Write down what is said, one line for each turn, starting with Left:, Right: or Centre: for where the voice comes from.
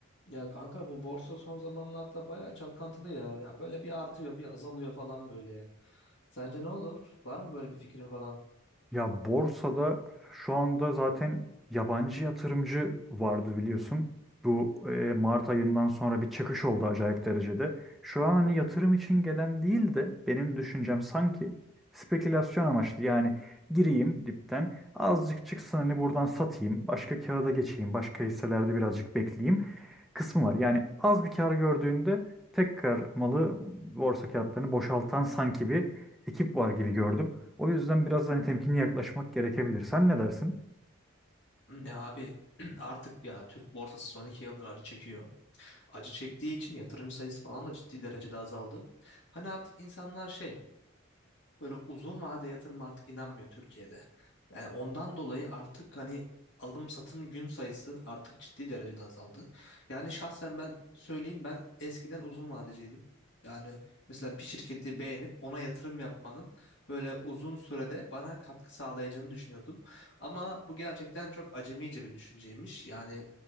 Left: Ya kanka bu borsa son zamanlarda bayağı çalkantılı ya. Ya böyle bir artıyor, bir azalıyor falan böyle. Sence ne olur? Var mı böyle bir fikrin falan?
Centre: Ya borsada şu anda zaten yabancı yatırımcı vardı biliyorsun. Bu e, Mart ayından sonra bir çıkış oldu acayip derecede. Şu an hani yatırım için gelen değil de benim düşüncem sanki spekülasyon amaçlı. Yani gireyim dipten azıcık çıksın hani buradan satayım. Başka kağıda geçeyim. Başka hisselerde birazcık bekleyeyim kısmı var. Yani az bir kar gördüğünde tekrar malı borsa kağıtlarını boşaltan sanki bir ekip var gibi gördüm. O yüzden biraz hani temkinli yaklaşmak gerekebilir. Sen ne dersin?
Left: Ya abi <clears throat> artık ya Türk borsası son iki yıldır acı çekiyor. Acı çektiği için yatırım sayısı falan da ciddi derecede azaldı. Hani artık insanlar şey böyle uzun vade yatırım artık inanmıyor Türkiye'de. Yani ondan dolayı artık hani alım satım gün sayısı artık ciddi derecede azaldı. Yani şahsen ben söyleyeyim ben eskiden uzun vadeciydim. Yani mesela bir şirketi beğenip ona yatırım yapmanın böyle uzun sürede bana katkı sağlayacağını düşünüyordum. Ama bu gerçekten çok acemice bir düşünceymiş. Yani